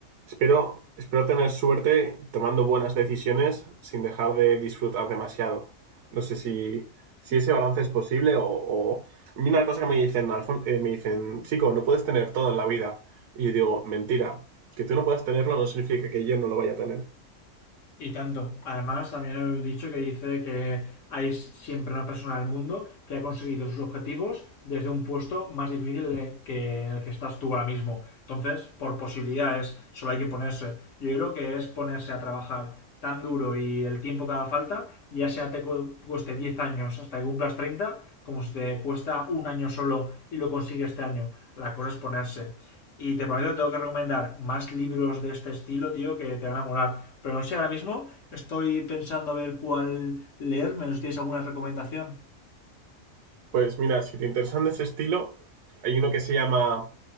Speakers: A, on the right (about 80°); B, on the left (about 70°).
A: espero, espero tener suerte tomando buenas decisiones sin dejar de disfrutar demasiado. No sé si, si ese balance es posible o, o... A mí una cosa que me dicen, Alfon- eh, me dicen, chico, no puedes tener todo en la vida. Y yo digo, mentira, que tú no puedas tenerlo no significa que yo no lo vaya a tener.
B: Y tanto. Además, también hay un dicho que dice que hay siempre una persona del mundo que ha conseguido sus objetivos desde un puesto más difícil en- que en el que estás tú ahora mismo. Entonces, por posibilidades, solo hay que ponerse. Yo creo que es ponerse a trabajar tan duro y el tiempo que haga falta, ya sea te cu- cueste 10 años hasta que cumplas 30, como si te cuesta un año solo y lo consigues este año. La cosa es ponerse. Y te prometo que tengo que recomendar más libros de este estilo, tío, que te van a molar. Pero no sé, ahora mismo estoy pensando a ver cuál leerme. No sé si tienes alguna recomendación.
A: Pues mira, si te interesan de ese estilo, hay uno que se llama